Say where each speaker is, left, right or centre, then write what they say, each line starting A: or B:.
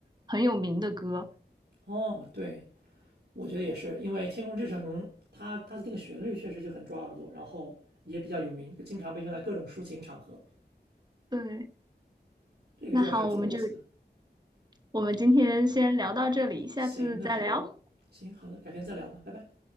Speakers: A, on the right; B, on the right.
A: 很有名的歌。
B: 哦，对，我觉得也是，因为《天空之城》它它的这个旋律确实就很抓耳朵，然后也比较有名，就经常被用来各种抒情场合，
A: 对，
B: 这个就是还是挺有意思的。
A: 那好，我们就我们今天先聊到这里，下次再聊。
B: 行，那好的，行好的，改天再聊吧，拜拜。